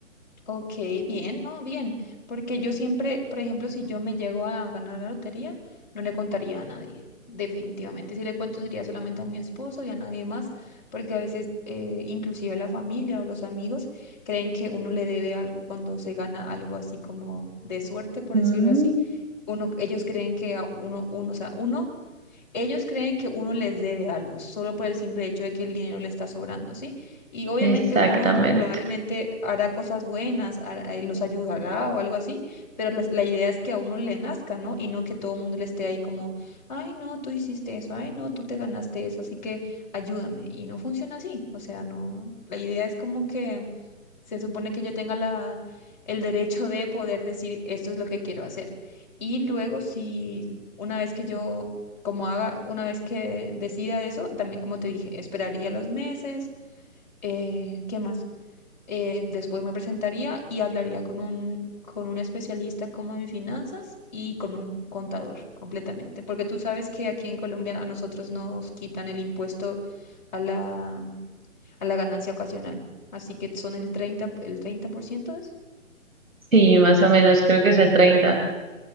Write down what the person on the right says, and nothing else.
Ujú,
Exactamente.
Sí, más o menos creo que es el treinta.